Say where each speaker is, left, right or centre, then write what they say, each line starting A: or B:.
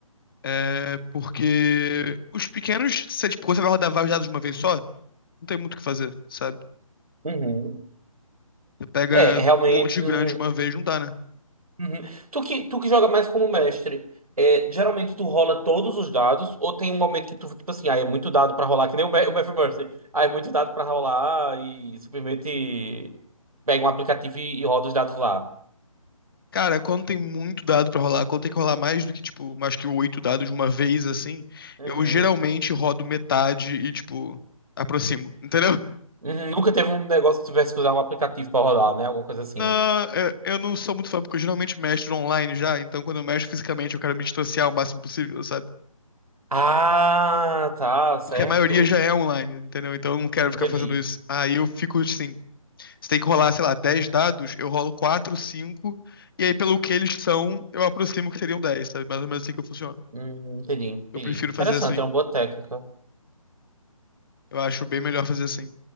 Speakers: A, on the left; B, on the right.
A: É porque os pequenos, você, tipo, quando você vai rodar vários dados de uma vez só, não tem muito o que fazer, sabe?
B: Uhum.
A: Você pega
B: É, realmente
A: um monte de
B: não.
A: grande de uma vez, não dá, né?
B: Uhum. Tu que, tu que joga mais como mestre, é, geralmente tu rola todos os dados, ou tem um momento que tu, tipo assim, ah, é muito dado pra rolar, que nem o, Ma- o Matthew Mercy. Ah, é muito dado pra rolar e simplesmente pega um aplicativo e, e roda os dados lá.
A: Cara, quando tem muito dado pra rolar, quando tem que rolar mais do que, tipo, mais que oito dados de uma vez, assim,
B: Uhum.
A: eu geralmente rodo metade e, tipo, aproximo, entendeu? <laughs>
B: Uhum. Nunca teve um negócio que tivesse que usar um aplicativo pra rolar né? Alguma coisa assim.
A: Não, eu, eu não sou muito fã, porque eu geralmente mestro online já, então quando eu mestro fisicamente eu quero me distanciar o máximo possível, sabe?
B: Ah, tá, certo.
A: Porque a maioria já é online, entendeu? Então eu não quero
B: Entendi.
A: ficar fazendo isso. Aí eu fico assim, se tem que rolar, sei lá, 10 dados, eu rolo 4, 5 e aí pelo que eles são, eu aproximo que seriam 10, sabe? Mais ou menos assim que eu funciono.
B: Hum, entendi, entendi.
A: Eu prefiro
B: Interessante,
A: fazer assim.
B: é uma boa técnica.
A: Eu acho bem melhor fazer assim.